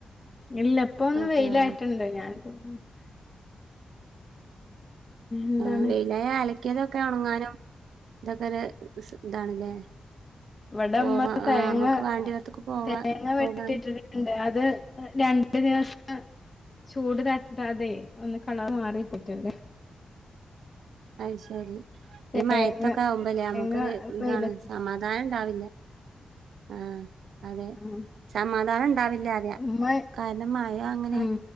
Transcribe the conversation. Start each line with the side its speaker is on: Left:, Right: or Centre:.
Left: ഇല്ല ഇപ്പൊന്ന്
Right: ഓക്കെ
Left: വെയിലായിട്ട്ണ്ട്
Right: ആ
Left: ഞാൻ പോ ഉം <inaudible> എന്താണ്
Right: ആഹ് വെയിലായാ അലക്കെതൊക്കെ ഒണങ്ങാനും തൊക്കെ ഒരു സ് ഇതാണല്ലേ
Left: ഇവിടെമ്മ
Right: പോവാ
Left: തേങ്ങ
Right: ആ നമുക്ക് വാണ്ടിയോടത്തൊക്കെ
Left: അഹ്
Right: പോവാ
Left: തേങ്ങ വെട്ടിട്ട്
Right: പോകാൻ
Left: ഇണ്ട് അത് രണ്ടു ദിവസം ചൂട് തട്ടാതെ ഒന്ന് കളർ മാറി പറ്റ്ണ്ട്
Right: അയ് ശരി ഈ മയത്തൊക്കെ
Left: തേങ്ങ
Right: ആവുമ്പല്ലേ നമക്കൊരു
Left: തേങ്ങ
Right: ഇതാണ്
Left: വെയിലത്ത്
Right: സമാധാനണ്ടാവില്ല ആഹ് അതെ
Left: ഉം
Right: സമാധാനണ്ടാവില്ല അറിയാ
Left: ഉമ്മ
Right: കാരണം മഴ അങ്ങനെ
Left: ഉം